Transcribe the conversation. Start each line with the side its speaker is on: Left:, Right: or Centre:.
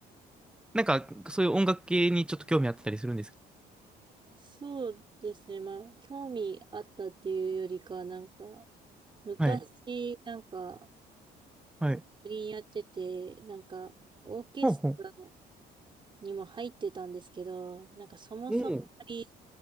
Centre: なんか、そういう音楽系にちょっと興味あったりするんですか
Right: そうですね。まあ、興味あったっていうよりかは、なんか、昔、
Centre: はい、
Right: なんか、
Centre: はい。
Right: バイオリンやってて、なんか、オーケストラ
Centre: ほうほう。
Right: にも入ってたんですけど、なんかそもそもあまり
Centre: お